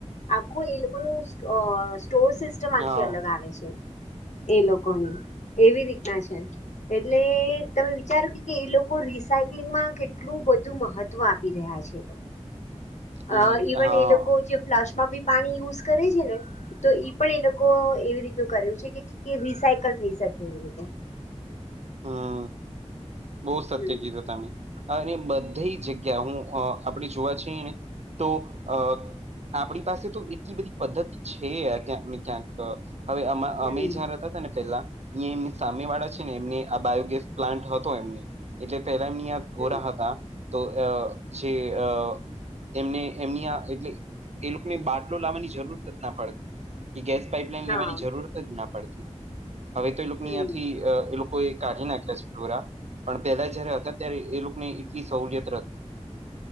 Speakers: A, on the left (about 80°); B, on the right (about 65°).
A: આખું એ લોકો ન સ્ટોર સિસ્ટમ આખી
B: હા
A: અલગ આવે છે એ લોકોની એવી રીતના છે એટલે. તમે વિચાર્યું કે કે એ લોકો રીસાયક્લિંગમાં કેટલું બધું મહત્વ આપી રહ્યા છે. અ
B: ઈ
A: ઇવન
B: હા
A: એ લોકો જે ફ્લાશ માં બી પાણી યુઝ કરે છે ને તો ઈ પણ એ લોકો એવી રીતનું કર્યું છે કે રિસાયકલ થઈ શકે એવી રીતે.
B: હા. બહુ સત્ય
A: હમ
B: કીધું તમે અને બધી જગ્યા હું આપણે જોવા છએ ને તો અ આપણી પાસે તો એટલી બધી પદ્ધતિ છે આ ક્યાંક ને ક્યાંક. હવે અ
A: હમ
B: અમે જ્યાં હતા હતા ને પેલા અહીંયા એમની સામે વાળા છે ને એમને. આ બાયોગેસ પ્લાન્ટ હતો એમને એટલે પેલા એમની આ ધોરા
A: હમ
B: હતા. તો આ જે અ. એમને એમની આ એટલે એ લોકોને બાટલો લાવવાની જરૂર જ ના પડતી કે ગેસ. પાપલાઈન
A: હા
B: લેવાની જરૂરત જ ના પડતી હવે તો એ લોકો
A: હમ
B: અંથી એ લોકો. કાઢી નાખ્યા છે ઢોરા પણ પેલા જયારે હતા ત્યારે એ લોકોની એટલી સહલિયત હતી.